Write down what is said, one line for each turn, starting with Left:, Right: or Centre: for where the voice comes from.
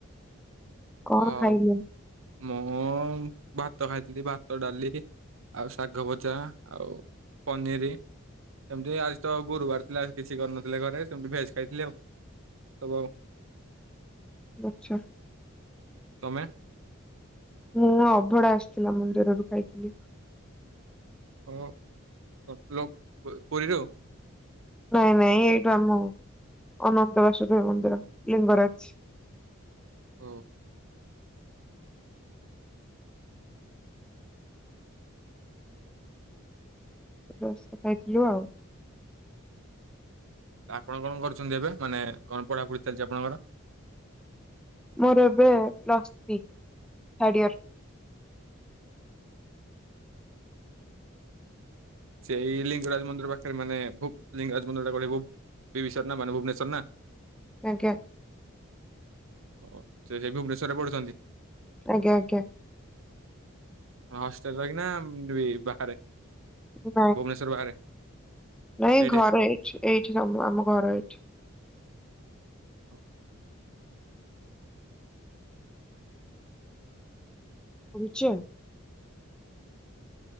Centre: କଣ
Right: ହଉ
Centre: ଖାଇଲେ
Right: ମୁଁ ଭାତ ଖାଇଥିଲି ଭାତ ଡାଲିି ଆଉ ଶାଗ ଭଜା ଆଉ ପନିରି ଏମିତି ହିଁ ଆଜି ତ ଗୁରୁବାର ଥିଲା ଆଜି କିଛି କରିନଥିଲେ ଘରେ ସେମିତି ଭେଜ୍ ଖାଇଥିଲି ଆଉ ସବୁ ଆଉ।
Centre: ଆଚ୍ଛା।
Right: ତମେ।
Centre: ମୁଁ ଅଭଡ଼ା ଆସିଥିଲା ମନ୍ଦିରରୁ ଖାଇଥିଲି।
Right: ହଁ <unintelligible> ପୁରୀରୁ।
Centre: ନାଇଁ ନାଇଁ ଏଇଠୁ ଆମ ଅନନ୍ତ ବାସୁଦେବ ମନ୍ଦିର ଲିଙ୍ଗରାଜ।
Right: ହଉ
Centre: ଗୋଟେ ବର୍ଷ କଥା ହେଇଥିଲୁ ଆଉ।
Right: ଆପଣ କଣ କରୁଛନ୍ତି ଏବେ ମାନେ କଣ ପଢାପଢି ଚାଲିଚି ଆପଣଙ୍କର?
Centre: ମୋର ଏବେ ପ୍ଲସ୍ ଥ୍ରୀ ଥାଡେଇଅର।
Right: ସେଇ ଲିଙ୍ଗରାଜ ମନ୍ଦିର ପାଖରେ ମାନେ ଓଫ୍ ଲିଙ୍ଗରାଜ ମନ୍ଦିରଟା ପଡ଼ିବ। ଏହିବିଷୟରେ ନା ମାନେ ଭୁବନେଶ୍ୱର ନା।
Centre: ଆଜ୍ଞା।
Right: ଓ ସେ ସେଇ ଭୁବନେଶ୍ଵର ରେ ପଢୁଛନ୍ତି।
Centre: ଆଜ୍ଞା ଆଜ୍ଞା।
Right: ହଷ୍ଟେଲ ରହିକିି ନା ବାହାରେ?
Centre: ନାଇଁ।
Right: ଭୁବନେଶ୍ୱର ବାହାରେ।
Centre: ନାଇଁ
Right: ସେଇଠେ।
Centre: ଘର ଏଇଠି ଏଇଠି ସବୁ ଆମ ଘର ଏଇଠି।
Right: ହୋଉ।
Centre: ରୁଚୁଆଲ୍